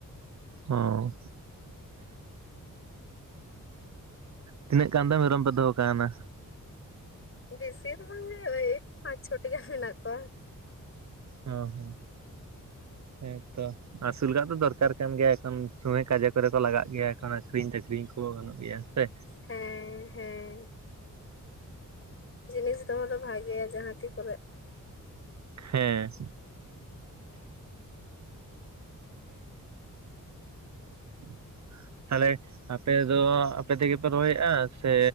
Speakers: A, on the right (about 55°); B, on the left (about 40°).
A: ᱦᱚᱸᱹ ᱛᱤᱱᱟᱹᱜ ᱜᱟᱱ ᱫᱚ ᱢᱮᱨᱚᱢ ᱯᱮ ᱫᱚᱦᱚ ᱠᱟᱣᱱᱟ?
B: ᱵᱮᱥᱤ ᱫᱚ ᱵᱟᱝ ᱜᱮ ᱳᱭ ᱯᱟᱸᱪ, ᱪᱷᱚᱴᱤ ᱜᱟᱱ ᱢᱮᱱᱟᱜ ᱠᱚᱣᱟ᱾
A: ᱦᱚᱸ ᱦᱩᱸ, ᱦᱮᱸ ᱛᱚ᱾ ᱟᱹᱥᱩᱞ ᱠᱟᱜ ᱫᱚ ᱫᱚᱨᱠᱟᱨ ᱠᱟᱱ ᱜᱮᱭᱟ, ᱮᱠᱷᱚᱱ ᱥᱚᱸᱜᱮ ᱠᱟᱡᱮ ᱠᱚᱨᱮ ᱠᱚ ᱞᱟᱜᱟᱜ ᱜᱮᱭᱟ ᱮᱠᱷᱚᱱ ᱟᱠᱷᱤᱨᱤᱧ ᱴᱟᱠᱷᱤᱨᱤᱧ ᱠᱚ ᱜᱮᱭᱟ ᱥᱮ᱾
B: ᱦᱮᱸᱻ ᱦᱮᱸᱻ᱾ ᱡᱤᱱᱤᱥ ᱫᱚᱦᱚ ᱫᱚ ᱵᱷᱟᱜᱮᱭᱟ ᱡᱟᱦᱟᱸ ᱛᱤᱥ ᱠᱚᱨᱮ
A: ᱦᱮᱸ᱾ <inaudible> ᱛᱟᱦᱞᱮ ᱟᱯᱮ ᱫᱚ ᱟᱯᱮ ᱛᱮᱜᱮ ᱯᱮ ᱨᱚᱦᱚᱭᱮᱜ-ᱟ ᱥᱮ